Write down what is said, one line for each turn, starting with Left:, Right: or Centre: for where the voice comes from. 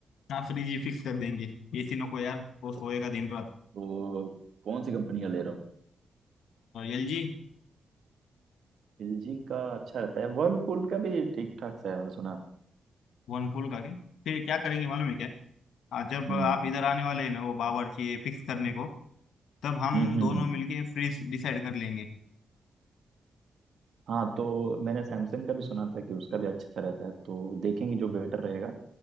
Left: हाँ फ्रिज ही फिक्स कर देंगे एसी नो को यार वो सोएगा
Right: ओके
Left: दिन रात
Right: तो कौन सी कंपनी का ले रहा हूँ
Left: L G
Right: एलजी का अच्छा रहता है वर्लपूल का भी ठीक ठाक सा है मैंने सुना
Left: वन पूल का क्या फिर क्या करेंगे मालूम है क्या हाँ जब
Right: हम्म
Left: आप इधर आने वाले हैं ना वो बावर्ची फिक्स करने को तब हम
Right: हम्म हम्म
Left: दोनों
Right: हम्म।
Left: मिलके फ्रीज डिसाइड कर लेंगे
Right: हाँ तो मैंने सैमसंग का भी सुना था कि उसका भी अच्छा रहता है तो देखेंगे जो बेटर रहेगा